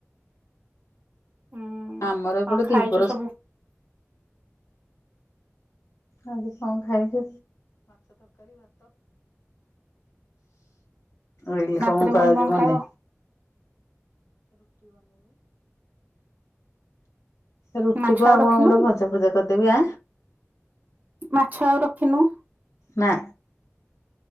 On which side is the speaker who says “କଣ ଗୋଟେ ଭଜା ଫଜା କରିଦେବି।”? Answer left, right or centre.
Left